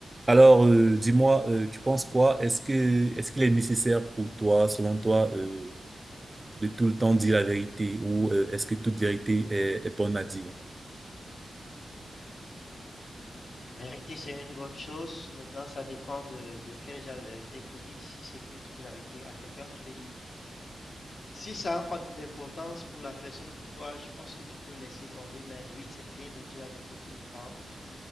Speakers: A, on the right; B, on the left.
A: Alors, euh, dis-moi, euh, tu penses quoi? Est-ce que est-ce qu'il est nécessaire pour toi, selon toi, euh, de tout le temps dire la vérité ou euh, est-ce que toute vérité est, est bonne à dire?
B: La vérité, c'est une bonne chose. Maintenant, ça dépend de, de quel genre de vérité il faut dire. Si c'est que tu dis la vérité à quelqu'un, je vais dire. Si ça n'a pas d'importance pour la personne ou pour toi, je pense que tu peux laisser tomber. Mais oui, c'est bien de dire la vérité tout le temps,